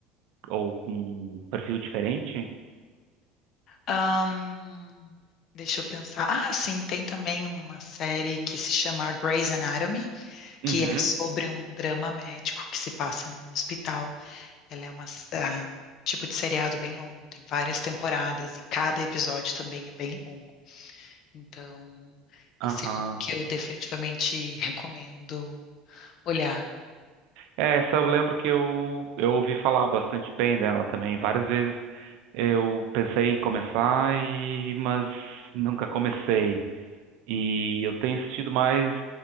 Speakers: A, on the right (about 60°); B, on the left (about 40°).
A: Ou com um perfil diferente?
B: Ahn, deixa eu pensar. Ah, sim, tem também uma série que se chama Grey's Anatomy que
A: Uhum.
B: é sobre um drama médico que se passa num hospital. Ela é uma, ah, um tipo de seriado bem longo, tem várias temporadas e cada episódio também é bem longo. Então,
A: Aham.
B: esse é algo que eu definitivamente recomendo olhar.
A: É, essa eu lembro que eu, eu ouvi falar bastante bem dela também. Várias vezes eu pensei em começar, e, mas nunca comecei. E eu tenho assistido mais